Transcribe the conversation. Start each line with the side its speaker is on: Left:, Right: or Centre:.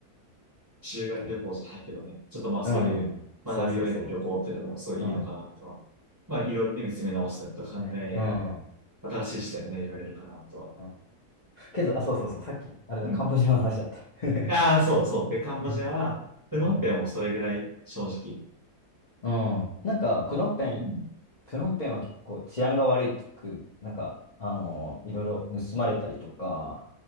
Right: 修学旅行じゃないけどね。
Left: けど、
Right: ちょっとまあそういう学びを得る旅行ってのもすごいいいのかなとは。
Left: うん、そうそうそう。うん
Right: まあいろいろね見つめ直したりとか考え、
Left: ね。うん。う
Right: 新しい視点がね、得られるかなとは。
Left: ん。けど、あ、そうそうそう、さっき、あれだ、
Right: うん。
Left: カンボジアの話だった。<laughs>
Right: ああ、そうそう。で、カンボジアは、
Left: ね。
Right: プノンペンもそれぐらい正直。
Left: うん。うん。なんか、
Right: あ、
Left: プノンペン、
Right: うん。
Left: プノンペンは結構治安が悪いってく、なんか、あの、いろいろ盗まれたりとか、